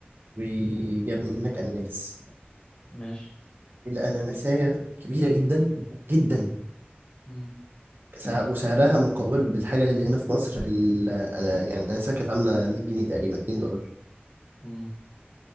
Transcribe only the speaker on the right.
وجاب من هناك أناناس
الأناناسية كبيرة جدا جدا
كسع- وسعرها مقابل بالحاجة اللي هنا في مصر ال- أنا يعني الأناناسية كانت عاملة 100 جنيه تقريبا 2 دولار